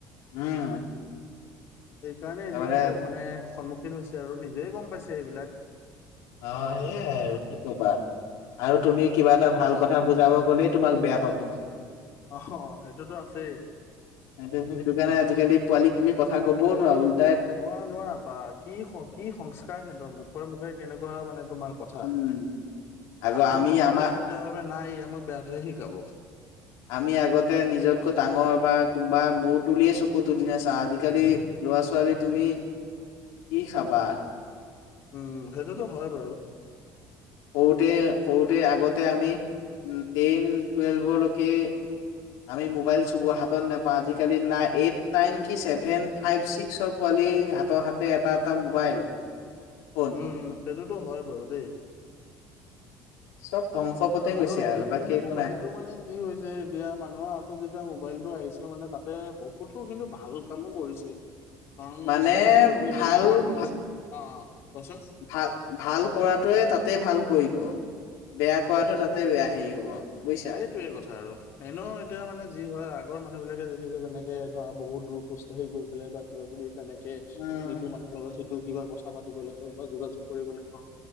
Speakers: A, on the left (about 80°); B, on the left (about 45°).
A: উম
B: সেইকাৰণে
A: তাৰমানে
B: এইবিলাক মানে সন্মুখীন হৈছে আৰু নিজেই গম পাইছে এইবিলাক
A: অ সেইয়াই আৰু কি কবা আৰু তুমি কিবা এটা ভাল কথা বুজাব গলেই তোমাক বেয়া পাব
B: আহ সেইটোতো আছেই
A: সেইটো কাৰণে আজিকালি পোৱালী তুমি কথা ক'বও নোৱাৰো।
B: নোৱাৰ নোৱাৰা বা কি কি সংস্কাৰ সিহঁতৰ মুখৰে মুখে কেনেকুৱা মানে তোমাৰ কথা
A: উম আগৰ
B: ভালত
A: আমি
B: কব
A: আমাৰ
B: গ'লে সিহঁতে ভে নাই আমাক বেয়াটোহে শিকাব।
A: আমি আগতে নিজতকৈ ডাঙৰ বা কোনোবা মূৰ তুলিয়েই চকু তুলি নাচাওঁ, আজিকালি ল'ৰা ছোৱালী তুমি কি খাবা
B: উম সেইটোতো হয় বাৰু
A: সৰুতে সৰুতে আগতে আমি উ টেইন টুৱেলভলৈকে আমি মবাইল চব হাতত নাপা আজালি নাই এই নাইন কিছেভেন ফাইভ চিক্ হাতৰ হাতে এটা এটা মোবাইল ফোন
B: উম সেইটোতো হয় বাৰু দেই
A: চব ধ্বংস পথে গৈছে
B: আৰু আজিকালি
A: বাকী
B: মোবাইলটো
A: একো নাই
B: মানে কি হৈছে এতিয়া মানুহৰ হাতত যেতিয়া মোবাইলটো আহিছে মানে তাত তাতে বহুতো কিন্তু ভাল কামো কৰিছে ত
A: মানে
B: চ যত
A: ভাল
B: জেগাৰ আগৰ নিচিনা অ কোৱাচোন
A: ভাল ভাল কৰাটোৱে তাতেই ভাল কৰিব বেয়া কৰাটোৱে তাতে ত বেয়া সেই হব বুজিছা।
B: এইটোয়ে কথা আৰু এনেও এতিয়া মানে যি হয় আগ আগৰ মানুহবিলে দেখিছে যেনেকে ধৰা বহুদূৰ খোজকাঢ়ি গৈ পেলাই বা কিবা কিবি। তেনেকে
A: উম
B: মৃত্যু মানুহৰ লগত সেইটো কিবা কথা পাতিবলে হওক বা যোগাযোগ কৰিবলে হওক